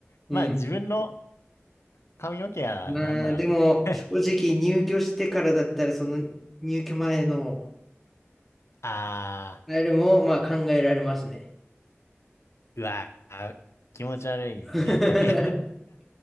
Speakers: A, in the centre; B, on the left.
A: うん。
B: まあ自分の髪の毛やなんなら。
A: まあでも、正直入居してからだったら、
B: <laughs>
A: その入居前の
B: ああ、
A: あれもまあ考えられますね。
B: うわー、気持ち悪いですね、
A: <laughs>
B: やっぱり。<laughs>